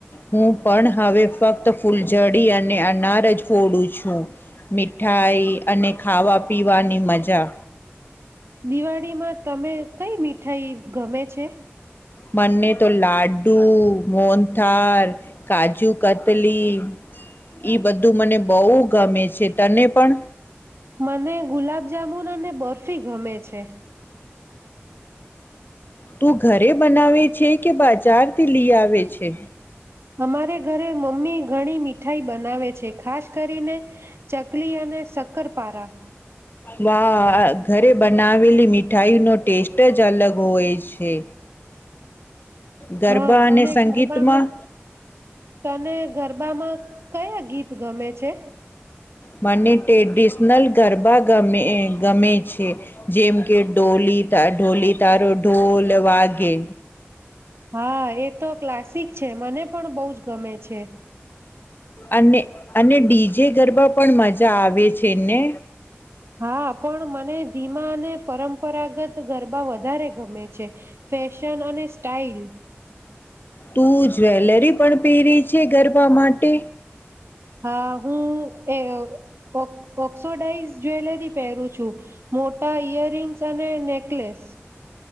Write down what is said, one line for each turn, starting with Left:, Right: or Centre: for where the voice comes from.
Left: હું પણ હવે ફક્ત ફૂલઝડી અને અનાર જ ફોડું છું. મીઠાઈ અને ખાવા પીવાની મજા.
Right: દિવાળીમાં તમે કઈ મીઠાઈ ગમે છે?
Left: બને તો લાડુ, મોનથાર, કાજુ કતલી ઈ બધું મને બહુ ગમે છે. તને પણ
Right: મને ગુલાબજામુન અને બર્ફી ગમે છે.
Left: તું, ઘરે બનાવે છે? કે બજારથી લઈ આવે છે?
Right: અમારે ઘરે મમ્મી ઘણી મીઠાઈ બનાવે છે, ખાસ કરીને ચકલી અને શક્કરપારા.
Left: વાહ! ઘરે બનાવેલી મીઠાઈ નો ટેસ્ટ જ અલગ હોય છે. ગરબા
Right: હા, તને
Left: અને સંગીતમાં
Right: ગરબામાં. તને ગરબામાં કયા ગીત ગમે છે?
Left: મને ટ્રેડિશનલ ગરબા મે ગમે છે જેમ કે ઢોલી તારો ઢોલ વાગે.
Right: હા એ તો ક્લાસિક છે. મને પણ બહુ જ ગમે છે.
Left: અને અને ડીજે ગરબા પણ મજા આવે છેને?
Right: હા, પણ મને ધીમા અને પરંપરાગત ગરબા વધારે ગમે છે. ફેશન અને સ્ટાઇલ
Left: તું જ્વેલરી પણ પહેરી છે? ગરબા માટે.
Right: હા, હું એ ઓ ઓક્સોડાઈઝ જ્વેલરી પહેરું છું. મોટા ઈયર રિંગ્સ અને નેકલેસ.